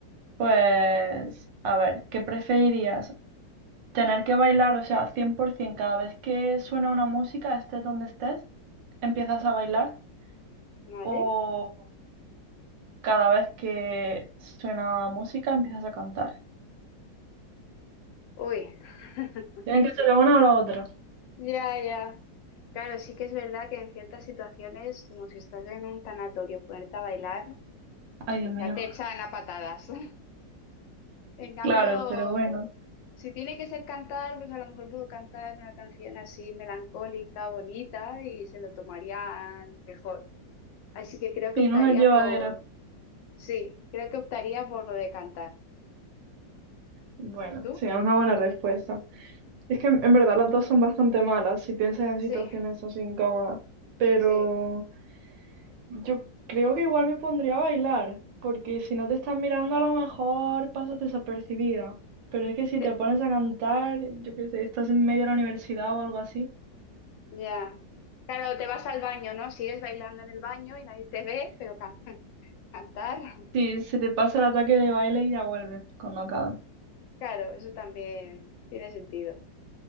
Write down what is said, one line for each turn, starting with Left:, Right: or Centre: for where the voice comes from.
Right: pues a ver, ¿qué preferirías? ¿Tener que bailar, o sea, 100% cada vez que suena una música, estés donde estés, empiezas a bailar?
Left: ¿vale?
Right: ¿O cada vez que suena música, empiezas a cantar?
Left: Uy. <laughs>
Right: Tiene que ser la una o la otra.
Left: Ya, ya. Claro, sí que es verdad que en ciertas situaciones, como si estás en un tanatorio, ponerte a bailar,
Right: Ay, Dios
Left: quizá
Right: mío.
Left: te echan a patadas. <laughs> En cambio,
Right: Claro, pero bueno.
Left: si tiene que ser cantar, pues a lo mejor puedo cantar una canción así melancólica, bonita, y se lo tomarían mejor. Así que creo que
Right: Sí,
Left: optaría
Right: no es llevadero.
Left: por, sí, creo que optaría por lo de cantar.
Right: Bueno,
Left: ¿Y tú?
Right: sí, es una buena respuesta. Es que en en verdad las dos son bastante malas si piensas en
Left: Sí,
Right: situaciones así incómodas, pero
Left: sí.
Right: yo creo que igual me pondría a bailar, porque si no te están mirando a lo mejor pasas desapercibida, pero es que si
Left: Te-
Right: te pones a cantar, yo qué sé, estás en medio de la universidad o algo así,
Left: Ya. Claro, te vas al baño, ¿no? Sigues bailando en el baño y nadie te ve, pero cantas. ¿Cantar? <laughs>
Right: sí, se te pasa el ataque de baile y ya vuelves cuando acabe.
Left: Claro, eso también tiene sentido.